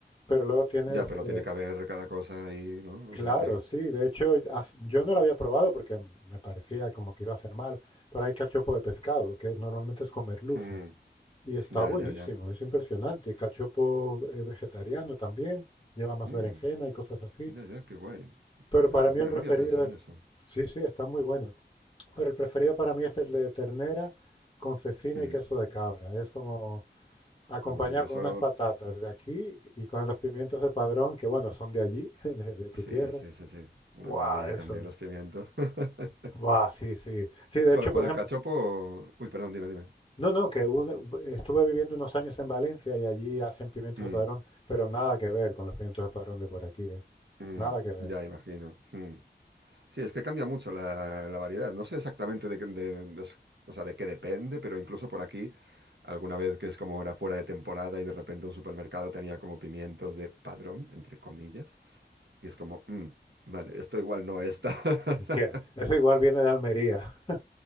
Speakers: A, on the left; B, on the right.
A: Pero luego tienes,
B: ya, pero
A: eh,
B: tiene que haber cada cosa ahí, ¿no?
A: Claro,
B: O sea,
A: sí. De hecho, as- yo no lo había probado porque me parecía como que iba a ser malo, pero hay cachopo de pescado, que normalmente es con merluza,
B: <laughs> mm,
A: y está
B: ya,
A: buenísimo,
B: ya, ya,
A: es impresionante. Cachopo eh, vegetariano también, lleva más
B: mm,
A: berenjena y cosas así,
B: ya, ya, qué guay.
A: pero para
B: Ah, pues
A: mí
B: mira,
A: el preferido
B: no había pensado
A: es,
B: en eso.
A: sí, sí, está muy bueno, pero el preferido para mí es el de ternera con cecina
B: Mm.
A: y queso de cabra. Es como acompañado
B: Uh, eso,
A: con unas patatas de aquí y con los pimientos de Padrón, que bueno, son de allí, <laughs> de de tu
B: sí,
A: tierra.
B: sí, sí, sí. Una
A: ¡Guau!
B: maravilla
A: Eso,
B: también los pimientos. <laughs>
A: Buah, sí, sí. Sí, de
B: Joder,
A: hecho,
B: pues
A: por ejemplo,
B: el cachopo... Uy, perdón, dime, dime.
A: no, no, que un- estuve viviendo unos años en Valencia y allí hacen pimientos
B: Mm,
A: de padrón, pero nada que ver con los pimientos de padrón de por aquí, ¿eh?
B: mm,
A: Nada que ver.
B: ya imagino. Mm. Sí, es que cambia mucho la, la variedad. No sé exactamente de, qué- de- de s- o sea, de qué depende, pero incluso por aquí, alguna vez que es como era fuera de temporada y de repente un supermercado tenía como pimientos de padrón, entre comillas, y es como, mm, vale, esto igual no está. <laughs>
A: Que eso igual viene de Almería. <laughs>